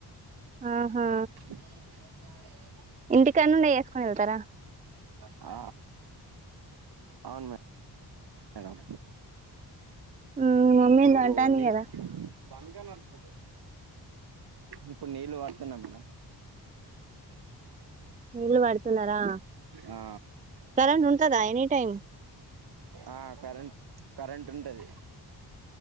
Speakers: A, on the right; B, on the right.
A: ఆహా
B: <unintelligible>
A: ఇంటికాడనుండే వేసుకొని వెళ్తారా?
B: ఆ అవును మేడం
A: మ్మ్ మమ్మీ
B: ఇప్పుడు
A: అంటాంది
B: ఓన్ని
A: కదా
B: బంగా నడిచిపోతది ఇప్పుడు నీళ్ళు పడుతున్నాం మేడం
A: నీళ్లు పడుతున్నారా,
B: ఆ
A: కరెంట్ ఉంటందా ఎనీ టైమ్?
B: ఆ కరెంట్, కరెంట్ ఉంటది.